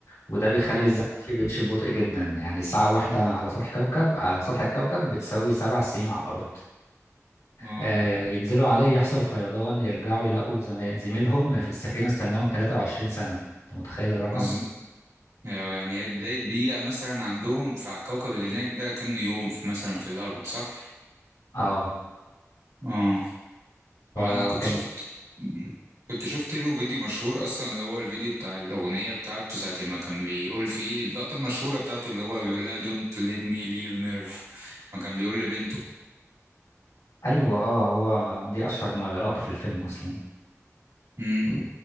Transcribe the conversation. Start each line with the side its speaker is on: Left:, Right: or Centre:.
Left: وده بيخلي
Right: اه
Left: الزمن فيه بيمشي ببطء جدا يعني ساعة واحدة على سطح كوكب على سطح الكوكب بتساوي سبع سنين على الأرض
Right: اه
Left: آه، ينزلوا عليه يحصل فيضان يرجعوا يلاقوا زمي- زميلهم في السفينة استناهم 23 سنة انت متخيل الرقم
Right: بز- يعني لو يعني هي بداية دقيقة مثلا عندهم في على الكوكب اللي هناك ده كأنه يوم في مثلا في الأرض صح؟
Left: اه
Right: اه
Left: فكان
Right: هو انا كنت شفت كنت شفت له فيديو مشهور اصلا اللي هو الفيديو بتاع الاغنيه بتاعته ساعه ما كان بيقول فيه اللقطه المشهوره بتاعته اللي هو بيقول لها دونت ليت مي ليف ميرف ما كان بيقول لبنته
Left: ايوه اه هو دي اشهر م- لقطة في الفيلم اصلا
Right: امم